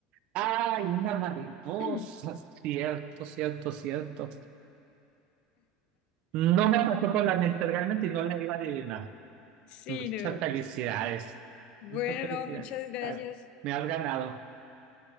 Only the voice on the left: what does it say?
<clears throat>
Sí,
no.
Bueno,
no, muchas gracias.